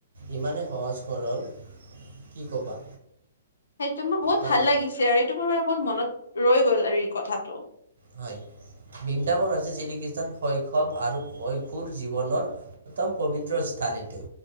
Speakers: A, on the right; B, on the left.
A: ইমানেই সহজ সৰল কি ক'বা
B: সেইটো মোৰ বহুত
A: মানে
B: ভাল লাগিছে আৰু এইটো মোৰ মানে বহুত মনত ৰৈ গ'ল আৰু এই কথাটো
A: হয় বৃন্দাবন হৈছে শ্ৰীকৃষ্ণৰ শৈশৱ আৰু কৈশোৰ জীৱনৰ উত্তম পবিত্ৰ স্থান এইটো